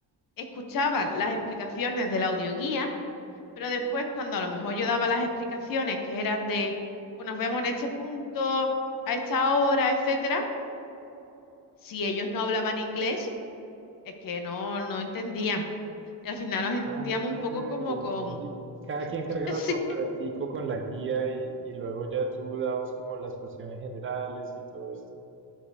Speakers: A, on the left; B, on the right.
A: escuchaban las explicaciones de la audioguía, pero después cuando a lo mejor yo daba las explicaciones que eran de, pues nos vemos en este punto, a esta hora, etcétera, si ellos no hablaban inglés, es que no, no entendían. Y al final nos
B: Ah,
A: entendíamos un poco como
B: ya entendí.
A: con...
B: Cada quien cargaba
A: <laughs> Sí,
B: su aparatico con la guía y, y luego ya tú dabas como las cuestiones generales y todo esto.